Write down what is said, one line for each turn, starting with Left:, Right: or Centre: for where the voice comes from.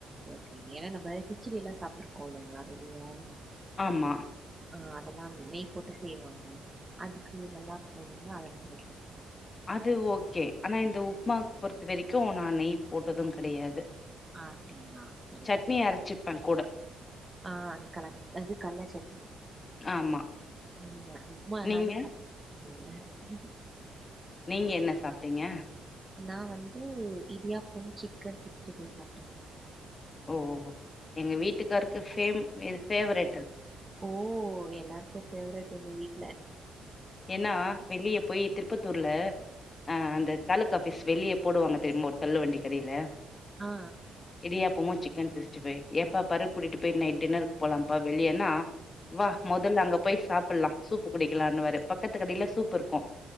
Right: ஓகேங்க ஏன்னா நம்ம கிச்சடிலா சாப்பிட்ருக்கோ இல்லைங்களா வெளிய
Left: ஆமா
Right: ஆ அதெல்லா நெய் போட்டு செய்வாங்க அதுக்கு நல்லாருக்கு இல்லிங்களா அதநால கேட்டே
Left: அது ஓகே ஆனா இந்த உப்புமாவுக்கு பொறுத்த வரைக்கு நா நெய் போட்டது கெடையாது
Right: ஆ, அப்படிங்களா சரி
Left: சட்னி
Right: சரி
Left: அரச்சிப்பே கூட
Right: ஆ கலா அது கல்ல சட்னி
Left: ஆமா
Right: ம் உப்மானாலே
Left: நீங்க
Right: <inaudible>
Left: நீங்க என்ன சாப்ட்டீங்க
Right: நா வந்து இடியாப்போ சிக்கன் சிக்ஸ்டி ஃபை சாப்டேங்க
Left: ஓ ஓ எங்க வீட்டுக்காருக்கு சேம் இது ஃபேவரேட் அது
Right: ஓ எல்லாருக்கு பேவரேட் எங்க வீட்ல
Left: ஏன்னா வெளிய போயி திருப்பத்தூர்ல ஆ அந்த தாலுக்கா ஆஃபீஸ் வெளிய போடுவாங்க தெரியுமா ஒரு தள்ளு வண்டி கடயில
Right: ஆ ஆ
Left: இடியாப்பமு சிக்கன் சிக்ஸ்டி ஃபைவ் எப்ப பாரு கூட்டிட்டு போய் நைட் டின்னருக்கு போலாம்ப்பா வெளியன்னா வா மொதல்ல அங்க போய் சாப்புட்லா சூப்பு குடிக்கலான்னுவாரு பக்கத்து கடயில சூப்பு இரு க்கும்